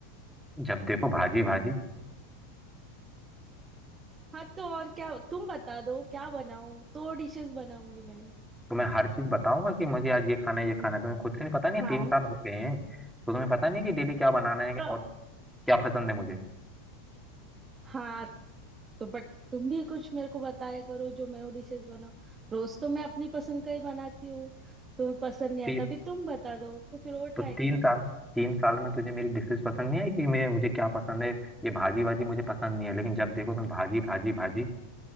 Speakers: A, in the centre; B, on the right.
A: जब देखो भाजी भाजी
B: हाँ तो और क्या तुम बता दो क्या बनाऊं दो डिशेस बनाऊंगी मैं
A: तो मैं हर चीज बताऊंगा कि मुझे आज ये खाना है ये खाना है तुम्हें खुद से नहीं पता नहीं है
B: हाँ
A: तीन साल हो गए हैं तो तुम्हें पता नहीं है कि डेली क्या बनाना है
B: तो
A: और क्या पसंद है मुझे
B: हाँ तो बट तुम भी कुछ मेरे को बताया करो जो मैं वो डिशेस बनाऊं रोज तो मैं अपनी पसंद का ही बनाती हूँ तुम्हें पसंद नहीं
A: ती,
B: आता अभी तुम बता दो तो फिर वो
A: तो
B: ट्राई
A: तीन
B: करूंगी
A: साल तीन साल में तुझे मेरी डिशेज पसंद नहीं है कि मुझे मुझे क्या पसंद है ये भाजी वाजी मुझे पसंद नहीं है लेकिन जब देखो तुम भाजी भाजी भाजी